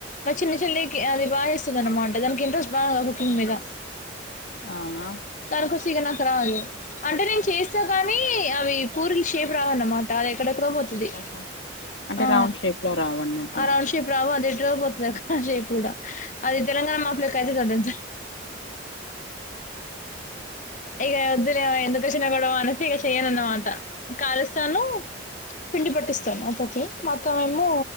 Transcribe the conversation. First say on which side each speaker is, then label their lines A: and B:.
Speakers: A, on the left; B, on the left.
A: నా చిన్న చెల్లికి అది బాగా చేస్తుంది వంట బాగా దానికీ ఇంట్రెస్ట్ కుకింగ్ మీద
B: అవునా
A: దానికోసం నాకు రాదు అంటే నేను చేస్తా కానీ అవి పూరిలు షేప్ రావ అన్నమాట ఎక్కడెక్కడ పోతుంది
B: ఓహో అంటే
A: ఆ
B: రౌండ్ షేప్ లో రావన్నట్టు
A: ఆ రౌండ్ షీప్ రావు ఎ పోతుంది అ కయ కూడా అది తెలంగాణ మాపలకి అవుతు కాంత ఇక వద్దులే ఎందుకుచ్చిన గొడవ అనేసి ఇక చెయ్యనాన్న మా టా కాలస్తాను పిండి పట్టిస్తాను అత్తకీ మా అత్తమా ఏమో